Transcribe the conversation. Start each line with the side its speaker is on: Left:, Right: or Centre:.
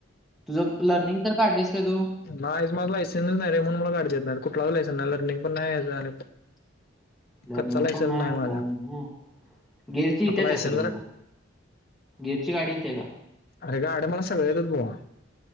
Centre: तुझं लर्निंग तर काढलयस काय तू?
Left: नाहीच माझ लायसन च नाही रे म्हणून मला गाडी देत नाही कुठलाच लायसेन नाही लर्निंग पण नाय आणि
Centre: <unintelligible> लर्निंग
Left: कच्चा लायसन
Centre: पण नाही <unintelligible>
Left: माझा
Centre: गियर ची येत्या
Left: आता लायसन
Centre: काय तरी
Left: जरा
Centre: तुला गियर ची गाडी येत्या का?
Left: अरे गाड्या मला सगळ्या येत्यात् भावा.